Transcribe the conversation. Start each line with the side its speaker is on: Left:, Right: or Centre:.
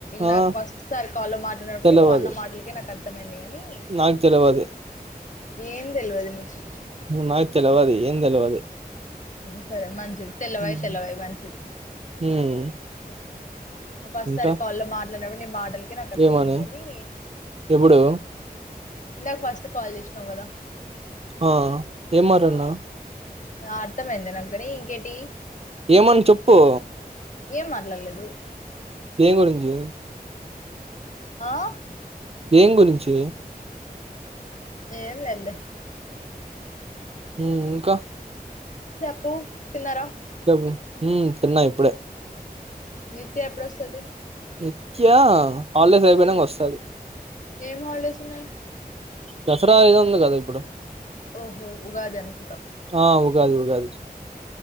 Right: ఆ
Left: నాకు ఫస్ట్ సారి కాల్లో మాట్లాడినప్పటిక
Right: తెలవది
Left: నువ్వు అన్న మాటలకే నాకు అర్థమైంది- గాని
Right: నాకు తెలవది
Left: ఏం తెలవదు నీకు
Right: నాకు తెలవది ఏం తెలవది
Left: సరే మంచిది తెల్లవయి
Right: హ్మ్
Left: తెల్లవాయి మంచిది
Right: హ్మ్.
Left: నువ్వు ఫస్ట్
Right: ఇంకా
Left: సారి కాల్ లో మాట్లాడినప్పుడే నీ మాటలకి నాకు అర్థమైంది
Right: ఏమని
Left: కాని
Right: ఎప్పుడు
Left: ఇందాక ఫస్ట్ కాల్ చేసినావ్ కదా
Right: ఆ ఏం మాట్లాడిన
Left: ఆ ఆ అర్థమైంది గాని ఇంకేటి
Right: ఏమన చెప్పు
Left: ఏం మట్లాలేదు
Right: దేని గురించి
Left: ఆ
Right: ఏం గురించి
Left: ఏం లేదులే
Right: ఉ ఇంకా
Left: చెప్పు తిన్నారా
Right: చెప్పు ఉ తిన్న ఇప్పుడే
Left: నిత్య ఎప్పుడొస్తది
Right: నిత్య హాలిడేస్ అయిపోయినంక వస్తది
Left: ఏం హాలిడేస్ ఉన్నాయి
Right: దసరా ఏదో ఉంది కదా ఇప్పుడు
Left: ఓహో ఉగాది అనుకుంటా
Right: ఆ ఉగాది ఉగాది